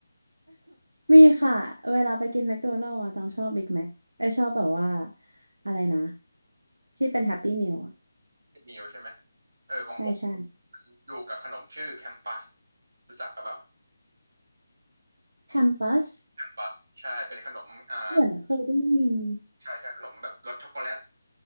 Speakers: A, on the right; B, on the right.
A: มีค่ะเวลาไปกินแมคโดนัลด์อะต้องชอบบิ๊กแม็กไอยชอบแบบว่าอะไรนะที่เป็นแฮปปี้มิล
B: เป็นมิวใช่ไหมเออของผม
A: ใช่ใช่
B: ดูกับขนมชื่อแคมปัสรู้จักกับเปล่า
A: แฮมปัส
B: แคมปัสใช่เป็นขนมอ่า
A: เหมือนเคยได้ยิน
B: ใช่ใช่ขนมแบบรสช็อกโกแลต